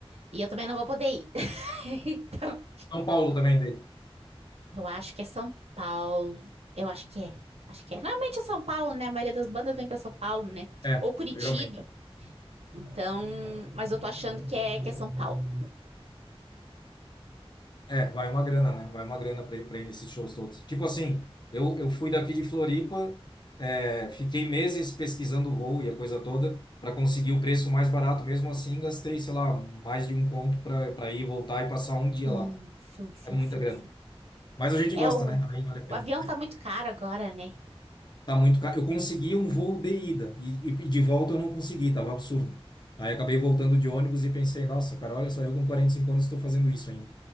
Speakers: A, on the right; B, on the left.
A: E eu também não vou poder ir. <laughs> Então,
B: São Paulo também dele.
A: Eu acho que é São Paulo. Eu acho que é. Acho que é. Normalmente é São Paulo, né? A maioria das bandas vem para São Paulo, né?
B: É,
A: Ou Curitiba.
B: geralmente.
A: Então, mas eu tô achando que é, que é São Paulo.
B: É, vai uma grana, né? Vai uma grana para ir pra ir nesses shows todos. Tipo assim, eu, eu fui daqui de Floripa, é, fiquei meses pesquisando o voo e a coisa toda para conseguir o preço mais barato. Mesmo assim, gastei, sei lá, mais de um conto para para ir, voltar e passar um dia
A: Sim,
B: lá.
A: sim, sim,
B: É muita
A: sim,
B: grana.
A: sim.
B: Mas a gente
A: É
B: gosta,
A: o,
B: né? Aí vale a
A: o
B: pena.
A: avião tá muito caro agora, né?
B: Tá muito caro. Eu consegui um voo de ida e, e e de volta eu não consegui, tava absurdo. Aí acabei voltando de ônibus e pensei, nossa, cara, olha só, eu com 45 anos estou fazendo isso ainda.